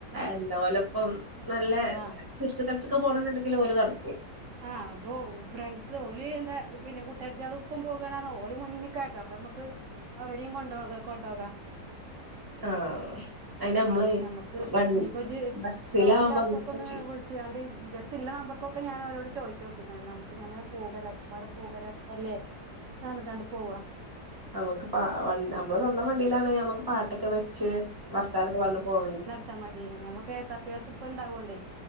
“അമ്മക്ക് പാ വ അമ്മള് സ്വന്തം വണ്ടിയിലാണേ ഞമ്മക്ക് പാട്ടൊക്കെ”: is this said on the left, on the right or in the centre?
Right